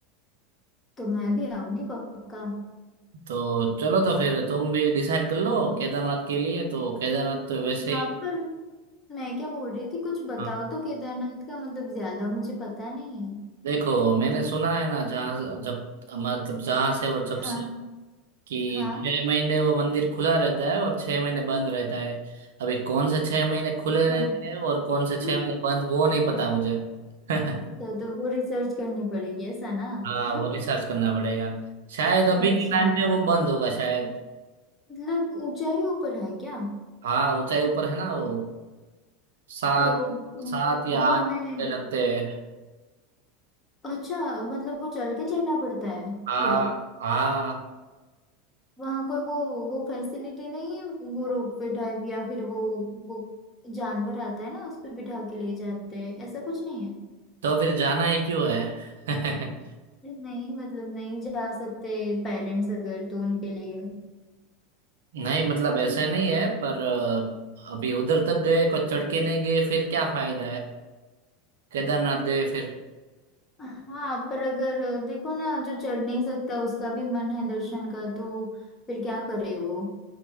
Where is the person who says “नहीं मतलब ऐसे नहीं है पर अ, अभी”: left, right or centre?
Right